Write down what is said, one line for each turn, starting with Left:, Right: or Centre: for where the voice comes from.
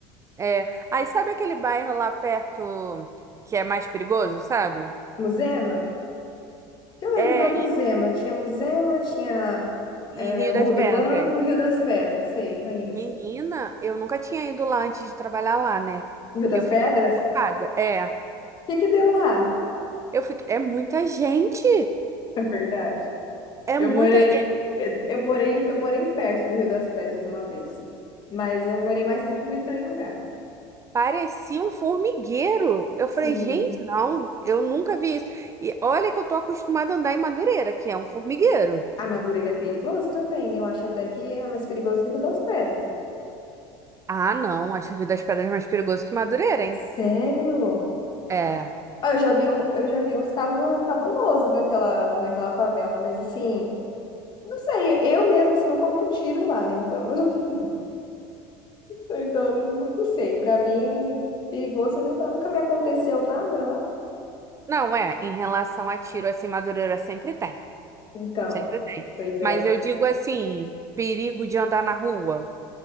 Right: É, aí sabe aquele bairro lá perto que é mais perigoso, sabe?
Left: Muzema? Eu lembro
Right: É,
Left: da Muzema.
Right: e,
Left: Tinha Muzema, tinha
Right: e
Left: é,
Right: Rio
Left: o
Right: das
Left: Morro
Right: Pedras.
Left: do Banco, Rio das Pedras. Sei, conheço.
Right: Menina, eu nunca tinha ido lá antes de trabalhar lá, né?
Left: Rio das
Right: Eu fiquei
Left: Pedras?
Right: chocada. É,
Left: O que que deu lá? <laughs>
Right: eu fiquei. É muita gente.
Left: É verdade.
Right: É
Left: Eu
Right: muita.
Left: morei,
Right: é-
Left: eh, eu morei, eu morei perto do Rio das Pedras uma vez, mas eu morei mais tempo no Itanhangá.
Right: Parecia um formigueiro. Eu
Left: Sim.
Right: falei, gente, não, eu nunca vi isso. E olha que eu tô acostumada a andar em Madureira, que é um formigueiro.
Left: A Madureira é perigoso também, eu acho até que é mais perigoso que o Rio das Pedras.
Right: Ah, não, acho que o Rio das Pedras é mais perigoso que Madureira, hein?
Left: Sério?
Right: É.
Left: Ah, Eu já vi um, eu já vi uns casos cabulosos naquela, naquela favela, mas assim, não sei, eu mesmo assim, nunca ouvi um tiro lá, né? Então, <laughs> então eu não, não sei. Pra mim, perigoso nunca, nunca me aconteceu nada lá.
Right: Não, é, em relação a tiro, assim, Madureira sempre tem.
Left: Então,
Right: Sempre tem.
Left: pois é.
Right: Mas eu digo assim, perigo de andar na rua,